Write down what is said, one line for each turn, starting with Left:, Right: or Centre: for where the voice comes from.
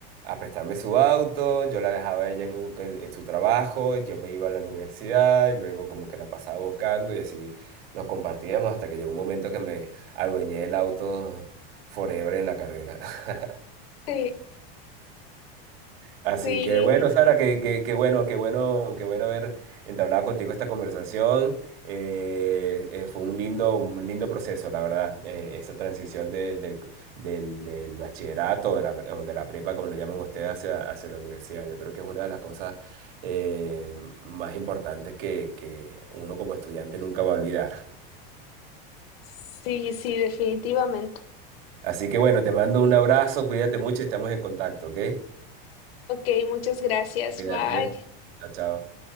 Right: a prestarme su auto, yo la dejaba a ella en, en- en su trabajo, yo me iba a la universidad y luego como que la pasaba buscando y así nos compartíamos hasta que llegó un momento que me adueñé el auto forever en la carrera. <laughs>
Left: Sí,
Right: Así
Left: sí,
Right: que bueno, Sara, qué, qué, qué bueno, qué bueno, qué bueno haber entablado contigo esta conversación. Eh, eh, fue un lindo, un lindo proceso, la verdad, eh, esa transición de- del, del- del bachillerato de la, o de la prepa, como lo llaman ustedes, hacia, hacia la universidad. Yo creo que es una de las cosas eh, más importantes que, que uno como estudiante nunca va a olvidar.
Left: sí, sí, definitivamente.
Right: Así que bueno, te mando un abrazo, cuídate mucho, y estamos en contacto, ¿ok?
Left: Ok, muchas gracias,
Right: Cuídate.
Left: bye.
Right: Chao, chao.